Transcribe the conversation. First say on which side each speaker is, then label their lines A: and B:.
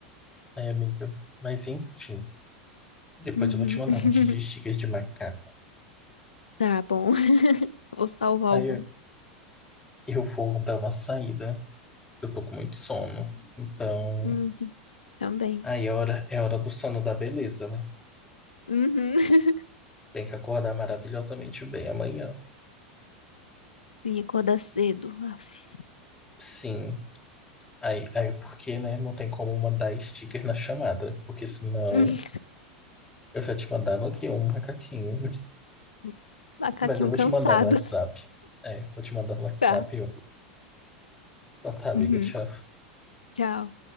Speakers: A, on the left; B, on the left.
A: Aí, amiga. Mas enfim, depois
B: Uhum.
A: eu vou te mandar
B: <laughs>
A: um monte de stickers de macaco.
B: Tá bom. <laughs> Vou salvar
A: Aí
B: alguns.
A: eu eu vou dar uma saída. Eu tô com muito sono. Então,
B: Uhum, também.
A: aí é hora, é hora do sono da beleza, né?
B: Uhum. <laughs>
A: Tem que acordar maravilhosamente bem amanhã.
B: Sim, acordar cedo. Af.
A: Sim. Aí, aí porque, né? Não tem como mandar sticker na chamada. Porque senão
B: Uhum.
A: eu já te mandava aqui um macaquinho.
B: <laughs> Macaquinho
A: Mas eu vou
B: cansado.
A: te mandar no WhatsApp. É, vou te mandar no WhatsApp
B: Tá.
A: um. Então tá, amiga,
B: Uhum.
A: tchau.
B: Tchau.